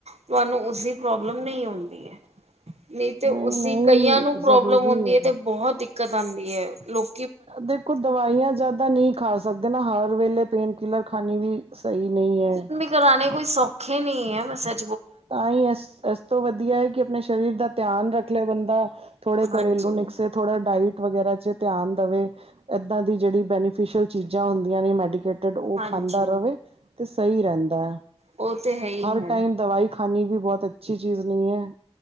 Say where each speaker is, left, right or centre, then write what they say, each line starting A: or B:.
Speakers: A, on the right; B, on the right.
A: ਤੁਆਨੂੰ ਉਸਦੀ ਪ੍ਰੋਬਲਮ ਨਈ ਹੁੰਦੀ ਐ। ਨਈਂ ਤੇ ਉਸਦੀ
B: ਨਹੀਂ ਨਹੀਂ
A: ਕਈਆਂ ਨੂੰ ਪ੍ਰੋਬਲਮ
B: ਜ਼ਰੂਰੀ
A: ਹੁੰਦੀ
B: ਹੈ
A: ਏ ਤੇ ਬੋਤ ਦਿੱਕਤ ਆਂਦੀ ਐ ਲੋਕ
B: ਦੇਖੋ ਦਵਾਈਆਂ ਜਾਦਾ ਨਈਂ ਖਾ ਸਕਦੇ ਨਾ ਹਰ ਵੇਲੇ। ਪੇਨ ਕਿਲਰ ਖਾਨੀ ਵੀ ਸਈ ਨਈਂ ਐ।
A: ਕਰਾਨੇ ਕੋਈ ਸੌਖੇ ਨੀ ਐ ਵੈਸੇ
B: ਤਾਂਈ ਇਸ-ਇਸ ਤੋਂ ਵਦੀਆ ਐ ਕੇ ਆਪਨੇ ਸਰੀਰ ਦਾ ਧਿਆਨ ਰੱਖ ਲਏ ਬੰਦਾ। ਥੋੜੇ
A: ਹਾਂਜੀ
B: ਘਰੇਲੂ ਨੁਕਸੇ ਥੋੜਾ ਡਾਇਟ ਵਗੈਰਾ ਚ ਧਿਆਨ ਦਵੇ। ਏਦਾਂ ਦੀ ਜੇੜੀ ਬੈਨੀਫਿਸ਼ਲ ਚੀਜ਼ਾਂ ਹੁੰਦੀਆਂ ਨੇ ਮੈਡੀਕੇਟ ਓ
A: ਹਾਂਜੀ
B: ਖਾਂਦਾ ਰਵੇ ਤੇ ਸਈ ਰੈਂਦੈ,
A: ਉਹ ਤੇ ਹੈ ਹੀ
B: ਹਰ
A: ਹੈ
B: ਟਾਈਮ ਦਵਾਈ ਖਾਨੀ ਵੀ ਬੋਤ ਅੱਛੀ ਚੀਜ਼ ਨਈਂ ਐ,